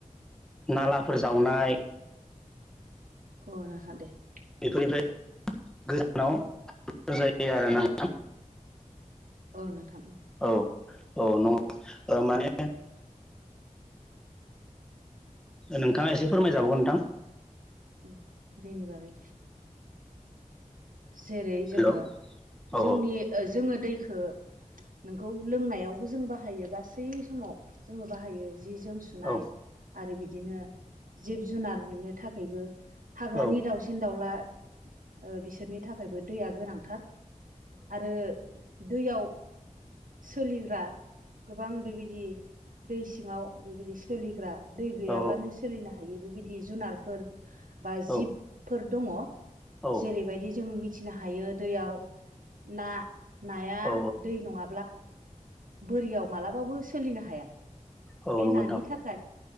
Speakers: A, in the centre; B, on the right.
A: नालाफोर जावनाय।
B: <inaudible>
A: थोरिनफ्राय गोजानाव <unintelligible> जायो आरोना नोंथां।
B: ओ औ नोंथां।
A: औ औ नंगौ माने नोंथाङा एसे फोरमायजाबावगोन नोंथां।
B: उम दैनि बागै जेरै जोङो
A: हेल' औ
B: जोंनि ओ जोङो दैखो नोंगौ लोंनायावबो जों बाहायो गासै समाव जोङो बाहायो। जि जोम सुनाय
A: औ
B: आरो बिदिनो जिब जुनारनि थाखायबो हाग्रानि
A: औ
B: दाउसिन दाउला ओ बिसोरनि थाखायबो दैया गोनांथार आरो दैयाव सोलिग्रा गोबां बेबायदि दै सिङाव बेबायदि सोलिग्रा दै गैयाब्लानो
A: औ
B: सोलिनो हा यो बेबायदि जुनारफोर बा
A: औ
B: जिबफोर दङ
A: औ
B: जेरैबायदि उम मिथिनो हायो दैयाव ना नाया
A: औ
B: दै नङाब्ला बोरियाव मालाबाबो सोलिनो हाया
A: औ
B: बे
A: नंगौ
B: नानि
A: नोंथां
B: थाखाय